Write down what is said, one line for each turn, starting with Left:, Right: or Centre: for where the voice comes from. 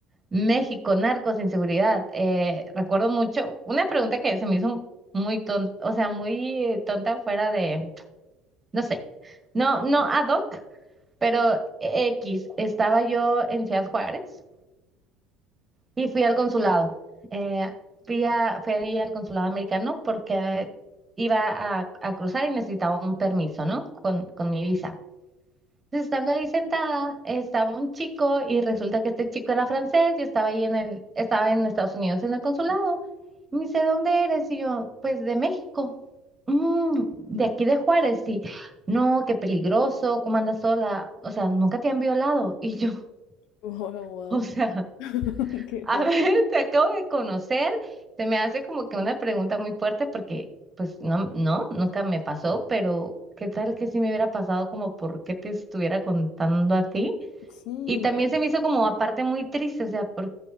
Right: México, narcos, inseguridad. Eh, recuerdo mucho una pregunta que se me hizo muy tonta, o sea, muy eh, tonta fuera de, no sé, no, no ad hoc, pero eh, X, estaba yo en Ciudad Juárez y fui al consulado. Eh, fui a- fui ahí al consulado americano porque iba a, a cruzar y necesitaba un permiso, ¿no? Con, con mi visa. Entonces, estando ahí sentada, estaba un chico y resulta que este chico era francés y estaba ahí en el, estaba en Estados Unidos en el consulado. Y me dice, ¿dónde eres? Y yo, pues de México. "Mm, de aquí de Juárez, sí. No, qué peligroso, ¿cómo andas sola? O sea, nunca te han violado. Y yo,
Left: Wow,
Right: <laughs>
Left: wow.
Right: o sea.
Left: <laughs> Qué
Right: A
Left: fuerte.
Right: ver, <laughs> te acabo de conocer. Se me hace como que una pregunta muy fuerte porque, pues, no, no, nunca me pasó, pero ¿qué tal que si me hubiera pasado como por qué te estuviera contando a ti?
Left: Sí,
Right: Y
Left: ¿no?
Right: también se me hizo como aparte muy triste, o sea, ¿por